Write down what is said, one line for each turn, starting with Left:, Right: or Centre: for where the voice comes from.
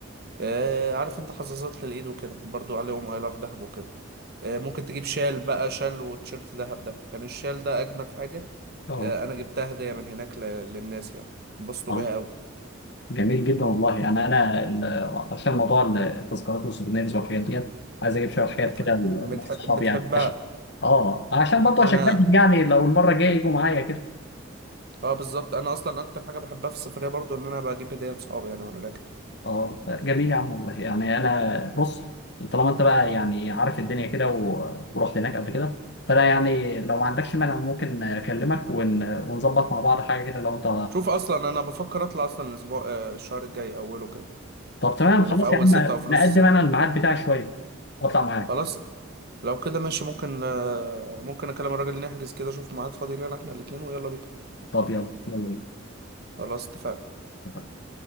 Right: آه، عارف انت حظاظات للايد وكده برضو عليهم اي لاف دهب وكده آه، ممكن تجيب شال بقى شال وتيشيرت دهب ده يعني الشال ده اجمد حاجة
Left: اه
Right: آه، انا جبتها هدية من هناك ل- للناس يعني انبسطوا
Left: آه.
Right: بيها قوي
Left: جميل جدا والله انا انا ال- عشان موضوع التذكارات والسوفينيرز والحاجات ديت عايز اجيب شويه حاجات
Right: بتح...
Left: كده لناس
Right: بتح...
Left: صحابي
Right: بتحبها
Left: يعني عشان اه عشان برضه
Right: انا
Left: اشجعهم يعني لو المره الجايه يجوا معايا كده
Right: اه بالظبط انا اصلا اكتر حاجه بحبها في السفريه برضو ان انا بجيب هديه لصحابي يعني وانا راجع
Left: اه جميل يا عم والله يعني انا بص طالما انت بقى يعني عارف الدنيا كده و- ورحت هناك قبل كده فانا يعني لو ما عندكش مانع ممكن اكلمك ون... ونظبط مع بعض حاجه كده لو انت
Right: شوف اصلا انا بفكر اطلع اصلا الاسبوع آه، الشهر الجاي اوله كده
Left: طب تمام
Right: يعني
Left: خلاص
Right: في اول
Left: يا عم
Right: ستة او في
Left: نقدم
Right: نص ستة
Left: انا الميعاد بتاعي شويه واطلع معاك
Right: خلاص لو كده ماشي ممكن آه، ممكن اكلم الراجل نحجز كده اشوف ميعاد فاضي لنا احنا الاتنين ويلا بينا
Left: طب يلا يلا
Right: خلاص اتفقنا
Left: بينا